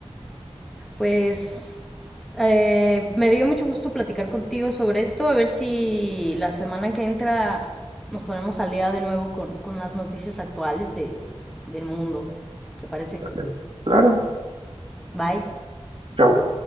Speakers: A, in the centre; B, on the right.
A: Pues eh, me dio mucho gusto platicar contigo sobre esto, a ver si la semana que entra nos ponemos al día de nuevo con, con las noticias actuales de, del mundo. ¿Te parece?
B: ¿Vale? Claro,
A: Bye.
B: chao.